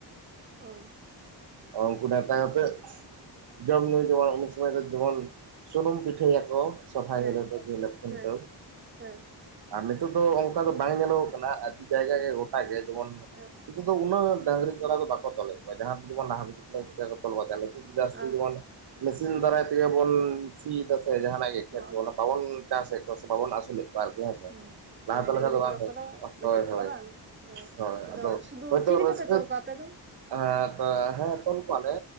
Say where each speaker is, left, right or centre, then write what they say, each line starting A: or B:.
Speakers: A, on the right (about 25°); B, on the right (about 70°).
A: ᱚ
B: ᱩᱱᱠᱩ ᱱᱮᱣᱛᱟ ᱠᱟᱛᱮᱜ ᱡᱚᱢ ᱧᱩ ᱡᱮᱢᱚᱱ ᱩᱱ ᱥᱚᱢᱚᱭ ᱫᱚ ᱡᱮᱢᱚᱱ ᱥᱩᱱᱩᱢ ᱯᱤᱴᱷᱟᱹᱭᱟᱠᱚ ᱥᱚᱨᱦᱟᱭ
A: ᱦᱮᱸ
B: ᱦᱤᱞᱳ ᱫᱚ ᱡᱮᱦᱤᱞᱳᱜ ᱠᱷᱩᱱᱴᱟᱹᱣ᱾
A: ᱦᱮᱸ ᱦᱮᱸ
B: ᱟᱨ ᱱᱤᱛᱚᱜ ᱫᱚ ᱚᱱᱠᱟ ᱫᱚ ᱵᱟᱝ ᱧᱮᱞᱚᱜ ᱠᱟᱱᱟ ᱡᱟᱭᱜᱟ ᱜᱮ ᱜᱚᱴᱟ ᱜᱮ ᱡᱮᱢᱚᱱ
A: ᱦᱩᱸ
B: ᱱᱤᱛᱚᱜ ᱫᱚ ᱩᱱᱟᱹᱜ ᱰᱟᱹᱝᱨᱤ ᱠᱟᱰᱟ ᱫᱚ ᱵᱟᱠᱚ ᱛᱚᱞᱮᱫ ᱠᱚᱣᱟ ᱡᱟᱦᱟᱸ ᱡᱮᱢᱚᱱ ᱞᱟᱦᱟ ᱵᱤᱫᱟᱹᱞ ᱵᱚᱱ ᱪᱤᱠᱟᱹ ᱠᱚ ᱛᱚᱞ ᱵᱟᱫᱟ ᱱᱤᱛᱚᱜ ᱫᱚ ᱡᱟᱹᱥᱛᱤ
A: ᱟᱸ
B: ᱡᱮᱢᱚᱱ ᱢᱮᱥᱤᱱ ᱫᱟᱨᱟᱭ ᱛᱮᱜᱮ ᱵᱚᱱ ᱥᱤ ᱫᱚᱥᱮ ᱡᱟᱦᱟᱱᱟᱜ ᱜᱮ ᱠᱷᱮᱛ
A: ᱦᱚᱸ
B: ᱠᱚ ᱵᱟᱵᱚᱱ ᱪᱟᱥᱮᱫ ᱠᱚᱣᱟ ᱥᱮ ᱵᱟᱵᱚᱱ ᱟᱹᱥᱩᱞᱮᱫ ᱠᱚᱣᱟ ᱟᱨᱠᱤ ᱦᱮᱸ ᱥᱮ᱾
A: ᱦᱚᱸ
B: ᱞᱟᱦᱟ
A: ᱦᱮᱸ
B: ᱛᱮ
A: ᱰᱟᱹᱝᱨᱤ
B: ᱠᱷᱟᱱ ᱫᱚ ᱵᱟᱝ
A: ᱢᱮᱨᱚᱢ ᱠᱚᱫᱚ ᱵᱟᱹᱪᱩᱜ
B: ᱦᱳᱭ
A: ᱠᱚᱣᱟ
B: ᱦᱳᱭ
A: ᱵᱟᱝ ᱦᱮᱸ
B: ᱦᱳᱭ ᱟᱫᱚ
A: ᱥᱩᱫᱷᱩ
B: ᱦᱳᱭᱛᱳ
A: ᱪᱤᱞᱤ
B: ᱨᱟᱹᱥᱠᱟᱹ
A: ᱠᱚᱯᱮ ᱛᱚᱞ ᱠᱚᱣᱟ ᱟᱯᱮ ᱫᱚ
B: ᱟ ᱟ ᱦᱮᱸ ᱛᱚᱞ ᱠᱚᱣᱟᱞᱮ